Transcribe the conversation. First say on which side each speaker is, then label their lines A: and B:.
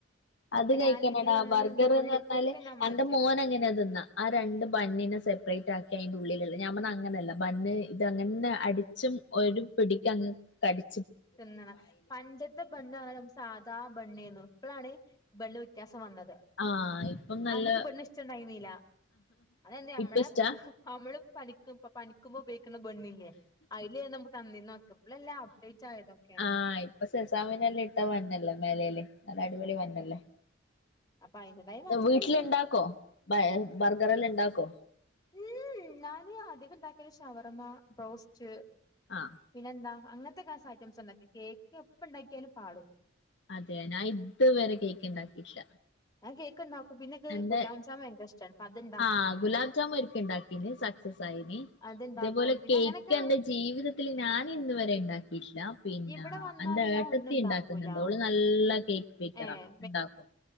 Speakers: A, on the left; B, on the left.
A: അത് കഴിക്കണടാ
B: ഞാന് ഇതീ ഉള്ളി
A: ബർഗർ
B: തിന്നുമ്പോ
A: എന്ന്
B: ഉള്ളിയൊക്കെ
A: പറഞ്ഞാല്
B: ഞാൻ മാറ്റി
A: എന്റെ മോന്
B: വെക്കും
A: അങ്ങനെതിന്നാ. ആ രണ്ട് ബൺ നെ സെപ്പറേറ്റ് ആക്കി അയിന്റെ ഉള്ളിലുള്ള ഞാൻ പറ അങ്ങനല്ല ബൺ ഇതങ്ങനെ അടിച്ചു ഒരു പിടിക്കങ്ങ് കടി
B: തിന്നണം പണ്ടത്തെ ബണ്ണ സാധാ ബണ്ണേനു ഇപ്പഴാണ് ബൺ വ്യത്യാസ വന്നത്
A: ആഹ് ഇപ്പം നല്ല
B: അന്നക്ക ബൺ ഇഷ്ടംണ്ടായിന്നീല. അതന്ത് നമ്മളെ
A: ഇപ്പ ഇഷ്ടാ
B: നമ്മള് പനിക്കും പനിക്കുമ്പോ ഉയോഗിക്കുന്ന ബെണ്ണില്ലേ അതില് നമുക്ക് തന്നീ നോക്ക ഇപ്പ എല്ലാം അപ്ഡേറ്റ് ആയതൊക്കെ
A: ആ ഇപ്പൊ സെസാമനല്ലാം ഇട്ട ബൺ അല്ലേ മേലയില് നല്ല അടിപൊളി ബണ്ണല്ലേ.
B: അപ്പൊ അയിന്റേതായ മാറ്റങ്ങളുണ്ട്
A: വീട്ടില ഇണ്ടാക്കോ ബർഗറല്ലാം ഇണ്ടാക്കോ?
B: ഉം ഞാന് അധികം ഉണ്ടാക്കല് ഷവർമ്മ ബ്രോസ്റ്റ്
A: ആഹ്
B: പിന്നെ എന്താ അങ്ങനത്തെ കാസ് ഐറ്റംസ് ഉണ്ടാക്കി കേക്ക് എപ്പ ഉണ്ടാക്കിയാലും പാളും.
A: അതെ ഞാൻ ഇതുവരെ കേക്ക് ഉണ്ടാക്കിട്ടില്ല.
B: <unintelligible>
A: എന്താ
B: ഗുലാം ജാം ഭയങ്കര ഇഷ്ടാണ് അപ്പൊ അത്ണ്ടാക്കും
A: ആ ഗുലാബ് ജാമു ഒരിക്ക ഉണ്ടാക്കിന് സക്സസ് ആയിന്.
B: അത്ണ്ടാക്കും
A: ഇതേപോലെ
B: പിന്നെ
A: കേക്ക്
B: അങ്ങനെയൊക്കെ
A: എന്റെ ജീവിതത്തിൽ ഞാൻ ഇന്ന് വരെ ഉണ്ടാക്കിയിട്ടില്ല. പിന്നെ
B: ഇവിടെ വന്നാല്
A: എന്ത
B: ഞാൻ
A: ഏട്ടത്തി
B: ഒന്നും ഉണ്ടാക്കൂല
A: ഉണ്ടാക്കുന്നുണ്ട് അവള് നല്ല ല്ല കേക്ക് ബേക്കേറ
B: ഏഹ്
A: ഉണ്ടാക്കും